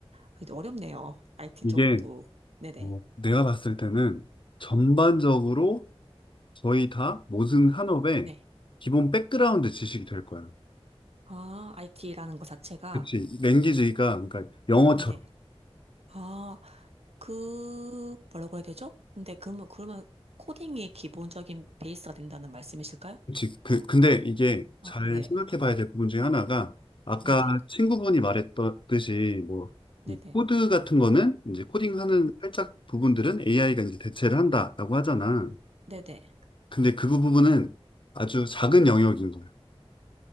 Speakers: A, on the right; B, on the left.
A: 아, 이제 어렵네요. IT
B: 이게
A: 쪽도. 네네.
B: 뭐 내가 봤을 때는 전반적으로 거의 다 모든 산업의
A: 네.
B: 기본 백그라운드 지식이 될 거야.
A: 아, IT라는 것 자체가,
B: 그치. 랭귀지가, 그러니까 영어처럼.
A: 네네. 아, 그, 뭐라고 해야 되죠? 근데 그러면, 그러면 코딩이 기본적인 베이스가 된다는 말씀이실까요?
B: 그치. 그, 근데 이게 잘
A: 아, 네.
B: 생각해 봐야 될 부분 중에 하나가, 아까
A: 네네.
B: 친구분이 말했듯이, 뭐,
A: 네네.
B: 이 코드 같은 거는, 이제 코딩하는 살짝 부분들은 AI가 이제 대체를 한다라고 하잖아.
A: 네네.
B: 근데 그 부분은 아주 작은 영역인 거예요.